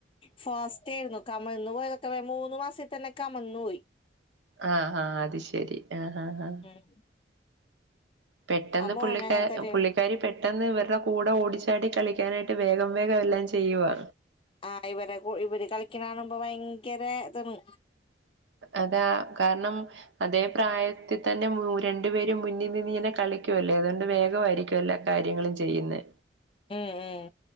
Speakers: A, on the left (about 30°); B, on the right (about 80°).
A: ഫാസ്റ്റേയിരുന്നു കമന്നു പോയതൊക്കെ വേം മൂന്നു മാസിത്തന്നെ കമന്നു പോയി
B: ആഹ് ആഹ് അത് ശരി ആഹ് ആഹ്
A: ഉം
B: പെട്ടെന്ന്
A: ആ മോന്
B: പുള്ളിക്കാ
A: അങ്ങൻതന്നേണ്
B: പുള്ളി ക്കാരി പെട്ടെന്ന് ഇവരുടെ കൂടെ ഓടിച്ചാടി കളിക്കാനായിട്ട് വേഗം വേഗം എല്ലാം ചെയ്യുവ
A: ആഹ് ഇവരെ കൂ ഇവര് കളിക്കണാണുമ്പോ ഭയങ്കര ഇതാന്ന്
B: അതാ കാരണം അതേ പ്രായത്തി തന്നെ മൂ രണ്ടു പേരും മുന്നി നിന്ന് ഇങ്ങനെ കളിക്കുവല്ലേ അതുകൊണ്ട് വേഗമായിരിക്കുവല്ല കാര്യങ്ങളും ചെയ്യുന്നെ
A: ഉം ഉം